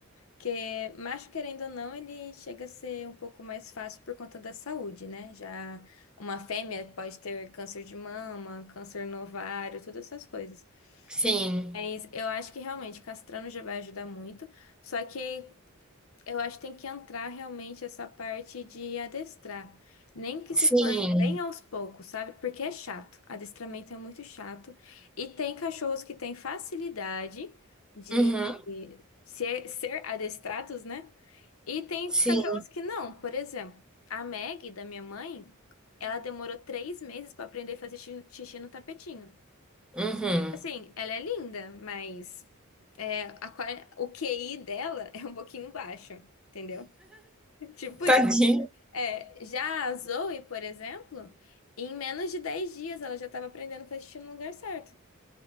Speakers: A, on the left; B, in the centre.
A: Porque macho, querendo ou não, ele chega a ser um pouco mais fácil por conta da saúde, né? Já uma fêmea pode ter câncer de mama, câncer no ovário, todas essas coisas.
B: Sim,
A: Mas eu acho que realmente castrando já vai ajudar muito. Só que eu acho que tem que entrar realmente essa parte de adestrar. Nem que se
B: sim,
A: for bem aos poucos, sabe? Porque é chato. Adestramento é muito chato. E tem cachorros que têm facilidade de
B: uhum,
A: de ser, ser adestrados, né? E tem
B: sim,
A: cachorros que não. Por exemplo, a Maggie, da minha mãe, ela demorou três meses para aprender a fazer xi- xixi no tapetinho.
B: uhum.
A: Tipo Assim, ela é linda, mas é, a qua- o QI dela <laughs> é um pouquinho baixo, entendeu? Tipo
B: Tadinho.
A: isso. É, já a Zoe, por exemplo, em menos de 10 dias ela já estava aprendendo a fazer xixi no lugar certo.